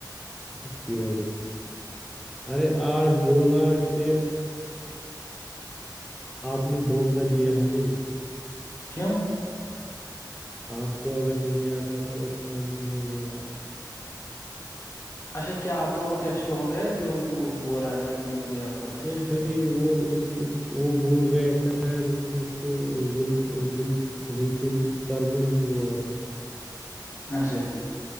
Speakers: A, in the centre; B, on the left.
A: اس کی وجہ سے ارے آج بولا کہ آپ نے دھوکہ دیا ہمیں
B: کیوں
A: آپ کو اگر نہیں آتا تھا اس ٹائم کیوں نہیں بولا
B: اچھا کیا آپ کا وہ ٹیسٹ ہو گیا جو وہ بول رہا تھا کہ مجھے آپ کو ٹیسٹ
A: وہ نہیں
B: کرنا
A: وہ اس اس وہ بھول گیا شاید اس نے اس کوظفظف زلفیم سر کو نہیں بولاتتے
B: اچھا